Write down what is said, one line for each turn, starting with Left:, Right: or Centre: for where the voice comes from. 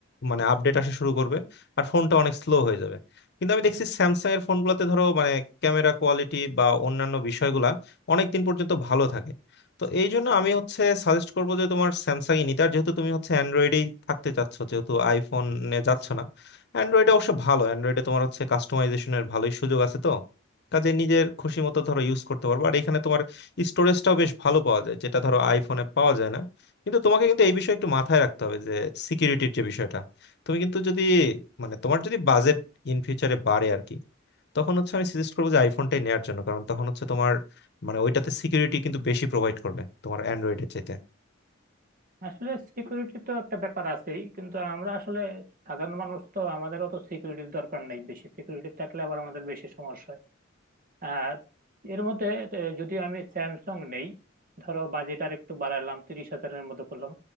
Left: মানে আপডেট আসা শুরু করবে আর ফোনটা অনেক স্লো হয়ে যাবে কিন্তু আমি দেখছি স্যামসাং এর ফোনগুলোতে ধরো মানে ক্যামেরা কোয়ালিটি বা অন্যান্য বিষয়গুলা অনেকদিন পর্যন্ত ভালো থাকে তো এই জন্য আমি হচ্ছে সাজেস্ট করবো যে তোমার স্যামসাংই নিতে আর যেহেতু তুমি হচ্ছে অ্যান্ড্রয়েডেই থাকতে চাচ্ছ যেহেতু আইফোনে যাচ্ছ না অ্যান্ড্রয়েডে অবশ্য ভালো অ্যান্ড্রয়েডে তোমার হচ্ছে কাস্টমাইজেশনের ভালোই সুযোগ আছে তো কাজে নিজের খুশি মতো ধরো ইউজ করতে পারবো আর এখানে তোমার স্টোরেজটাও বেশ ভালো পাওয়া যায় যেটা ধরো আইফোনে পাওয়া যায় না কিন্তু তোমাকে কিন্তু এই বিষয়ে একটু মাথায় রাখতে হবে যে সিকিউরিটির যে বিষয়টা তুমি কিন্তু যদি মানে তোমার যদি বাজেট ইন ফিউচারে বাড়ে আর কি তখন হচ্ছে আমি সাজেস্ট করবো যে আইফোনটাই নেওয়ার জন্য কারণ তখন হচ্ছে তোমার মানে ওইটাতে সিকিউরিটি কিন্তু বেশি প্রোভাইড করবে তোমার অ্যান্ড্রয়েডের চাইতে
Right: আসলে সিকিউরিটি তো একটা ব্যাপার আছেই কিন্তু আমরা আসলে সাধারণ মানুষ তো আমাদের অত সিকিউরিটির দরকার নাই বেশি সিকিউরিটি থাকলে আবার আমাদের বেশি সমস্যা হয় আর এর মধ্যে আহ, যদি আমি স্যামসাং নেই ধরো বাজেট আর একটু বাড়ালাম তিরিশ হাজারের মতো করলাম